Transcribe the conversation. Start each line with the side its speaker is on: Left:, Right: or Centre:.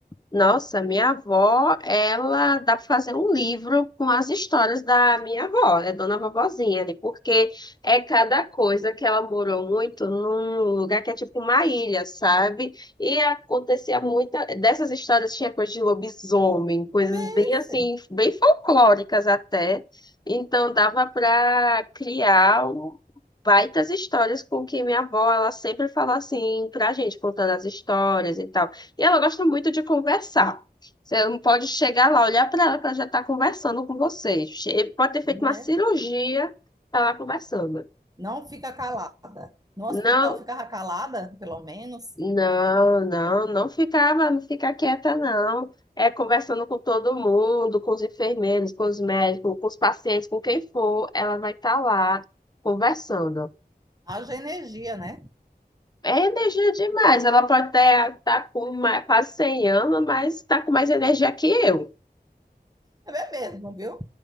Left: Nossa, minha avó, ela dá para fazer um livro com as histórias da minha avó, é Dona Vovozinha, ali, porque é cada coisa que ela morou muito num lugar que é tipo uma ilha, sabe? E acontecia muita dessas histórias tinha coisa de lobisomem, coisas
Right: Vence,
Left: bem assim, bem folclóricas até. Então dava para criar um- baitas histórias com que minha avó, ela sempre fala assim pra gente, contando as histórias e tal. E ela gosta muito de conversar. Você não pode chegar lá, olhar para ela, que ela já está conversando com você. Che- Pode ter feito
Right: né?
Left: uma cirurgia, tá lá conversando.
Right: Não fica calada. No hospital
Left: Não,
Right: ficava calada, pelo menos.
Left: não, não, não ficava, não fica quieta, não. É conversando com todo mundo, com os enfermeiros, com os médicos, com os pacientes, com quem for, ela vai estar lá conversando.
Right: Haja energia, né?
Left: É energia demais. Ela pode até estar com mais, quase 100 anos, mas está com mais energia que eu.
Right: É mesmo, viu?